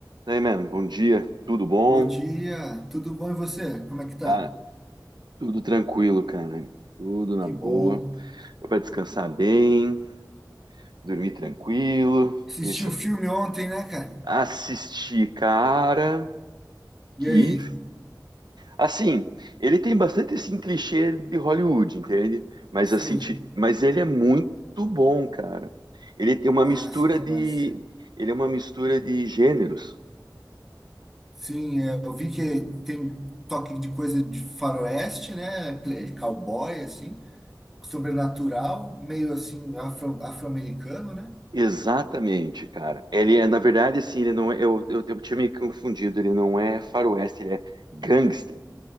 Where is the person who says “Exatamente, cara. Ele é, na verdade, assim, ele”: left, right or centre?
Right